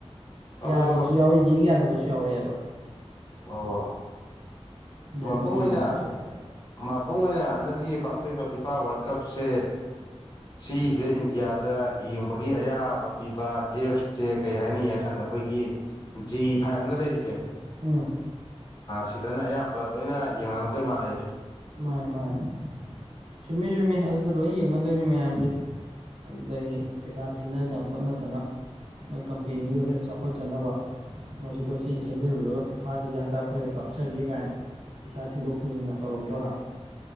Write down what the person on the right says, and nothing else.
ꯌꯥꯗꯕꯁꯨ ꯌꯥꯎꯋꯦ ꯌꯦꯡ ꯌꯥꯗꯕꯁꯨ ꯌꯥꯎꯔꯛꯑꯦꯕ
ꯑꯗ
ꯑꯗꯨꯝ ꯌꯦꯡꯕꯁꯨ
ꯌꯥꯎꯋꯦ
ꯎꯝ
ꯃꯥꯅꯦ ꯃꯥꯅꯦ ꯆꯨꯝꯃꯤ ꯆꯨꯝꯃꯤ ꯑꯗꯨꯗ ꯂꯣꯏ ꯌꯦꯡꯅꯗꯣꯏꯅꯤ ꯃꯌꯥꯝ ꯍꯧꯖꯤꯛ ꯑꯗꯨꯗꯒꯤ ꯄꯩꯁꯥ ꯊꯤꯅꯗꯅ ꯈꯣꯠꯅꯗꯅ ꯃꯣꯏ ꯀꯝꯄꯦꯅꯤꯗꯨ ꯍꯦꯛ ꯆꯥꯎꯈꯠꯆꯅꯕ ꯃꯣꯏꯁꯨ ꯀꯣꯏꯆꯦꯟ ꯆꯦꯟꯖꯔꯨꯔꯒ ꯐꯤ ꯐꯥꯁꯤꯗꯤ ꯍꯟꯗꯛ ꯑꯩꯈꯣꯏꯗ ꯀꯥꯞꯆꯒꯦ ꯀꯥꯏꯅ ꯏꯁꯥ ꯊꯤꯟꯗꯣꯛ ꯊꯤꯟꯖꯤꯟꯒ ꯇꯧꯔꯝꯗꯣꯏꯔꯥ